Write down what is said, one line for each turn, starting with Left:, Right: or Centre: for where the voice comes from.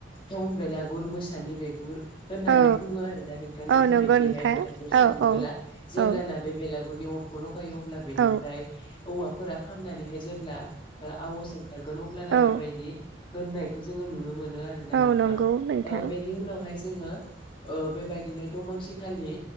Left: थम बेलागुर मोसानि बिगुर होननानै
Right: औ
Left: बुङो आरो ना नोंथां
Right: औ
Left: जोंनि
Right: नंगौ
Left: बेखेहाय
Right: नोंथां
Left: बेलागुर सावोबोला
Right: औ औ
Left: जेब्लाना
Right: औ
Left: बे बेलागुर अरनि अरखौ लगायो अब्ल बैनिफ्रय
Right: औ
Left: ओवाफोरा खामनानैहाय जे ब्ला आवास ओंखारगोन अब्लाना
Right: औ
Left: बे होननायखौ जों नुनो मोनो आरोना
Right: औ
Left: नोंथां
Right: नंगौ नोंथां
Left: ओ बेनि उनावहाय जोङो ओ बेबायदिनो दमासि खालि